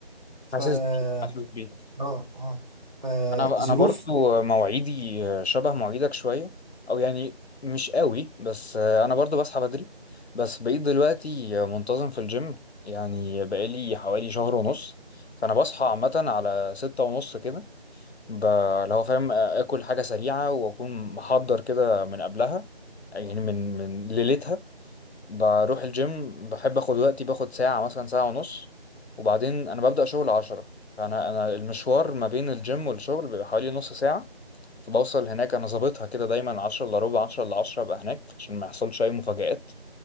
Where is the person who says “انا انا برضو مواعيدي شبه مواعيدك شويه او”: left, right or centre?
Left